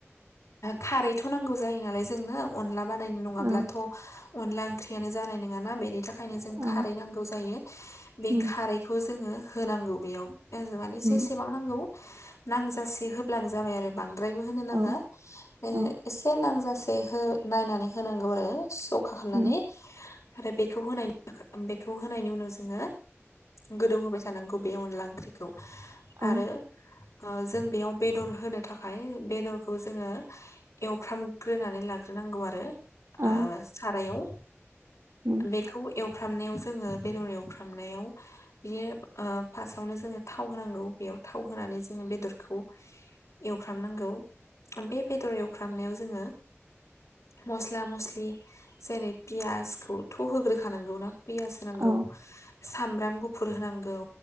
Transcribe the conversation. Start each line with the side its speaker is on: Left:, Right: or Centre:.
Left: खारैथ' नांगौ जायो नालाय जोंनो अनला बानायनो नङाब्लाथ'
Right: औ
Left: अनला ओंख्रियानो जानाय नङाना बेनि थाखायनो जों
Right: औ
Left: खारै नांगौ जायो। बे
Right: उम
Left: खारैखौ जोंङो होनांगौ बेयाव जों माने
Right: उम
Left: जेसेबां नांगौ नांजासे होब ब्लानो जाबाय आरो बांद्रायबो होनो नाङा।
Right: औ
Left: बे
Right: औ
Left: एसे नांजासे बे हो नायनानै होनांगौ आरो सौखा खालामनानै
Right: उम
Left: आरो बेखौ होनाय बेखौ होनायनि उनाव जों ङो गोदौ होबाय थानांगौ बे अनला ओंख्रिखौ
Right: औ
Left: आरो ओ जों बेयाव बेदर होनो थाखाय बेदरखौ जोङो एवफ्रामग्रोनानै लाग्रोना नांगौ आरो
Right: औ
Left: ओ सारायाव।
Right: उम
Left: बेखौ एवफ्रामनायाव जोङो बेदर एव फ्रामनायाव बियो ओ फास्स्टावनो जोङो थाव होनांगौ बेयाव थाव होनानै जोङो बेदर खौ एवफ्रामनांगौ। बे बेदर एवफ्रामनायाव जोङो मस्ला मस्लि जेरै फियासखौथ' होग्रोखानांगौना फियास नांगौ,
Right: औ
Left: सामब्राम गुफुर होनांगौ